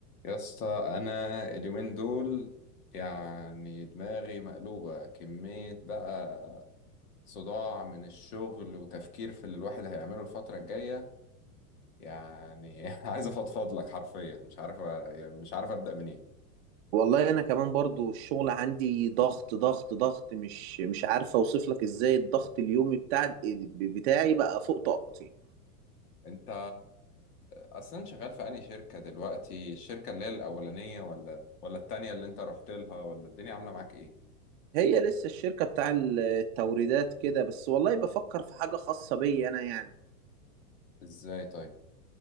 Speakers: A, on the left (about 75°); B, on the right (about 45°).
A: يا اسطى انا اليومين دول يعني دماغي مقلوبة كمية بقى صداع من الشغل وتفكير في اللي الواحد هيعمله الفترة الجاية يعني <laughs> عايز افضفض لك حرفيا مش عارف أ- يعني مش عارف ابدأ منين
B: والله انا كمان برضو الشغل عندي ضغط ضغط ضغط مش مش عارفه اوصف لك ازاي الضغط اليومي بتاع بتاعي بقى فوق طاقتي
A: انت اصلا شغال في انهي شركة دلوقتي الشركة اللي هي الاولانية ولا ولا التانية اللي انت رحت لها ولا الدنيا عاملة معاك ايه
B: هي لسه الشركه بتاع التوريدات كده بس والله بفكر في حاجه خاصه بيا انا يعني
A: ازاي طيب